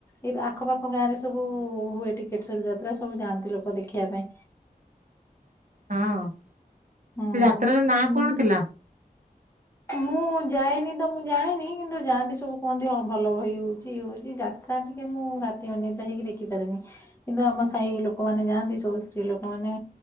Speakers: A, on the left (about 15°); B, on the right (about 55°).
A: ଏଇ ଆଖପାଖ ଗାଁ ରେ ସବୁ ହୁଏ ଟିକେଟ ସଲ ଯାତ୍ରା ସବୁ ଯାଆନ୍ତି ଲୋକ ଦେଖିବା ପାଇଁ।
B: ହଁ
A: ହୁଁ
B: ସେ ଯାତ୍ରାର ନାଁ
A: ହୁଁ
B: କଣ ଥିଲା?
A: ମୁଁ ଯାଏନି ତ ମୁଁ ଜାଣିନି କିନ୍ତୁ ଯାଆନ୍ତି ସବୁ କୁହନ୍ତି ହଁ ଭଲ ବହି ହଉଛି ଇଏ ହଉଛି ଯାତ ତା ଟିକେ ମୁଁ ରାତି ଅନିଦ୍ରା ହେଇକି ଦେଖିପାରେନି। କିନ୍ତୁ ଆମ ସାହି ଲୋକମାନେ ଯାଆନ୍ତି ସବୁ ସ୍ତ୍ରୀ ଲୋକ ମାନେ